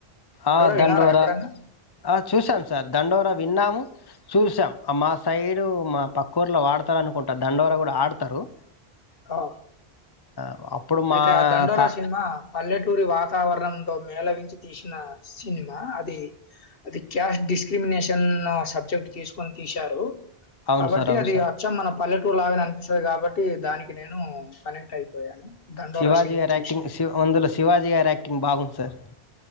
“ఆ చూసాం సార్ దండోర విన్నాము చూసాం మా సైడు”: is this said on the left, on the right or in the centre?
Left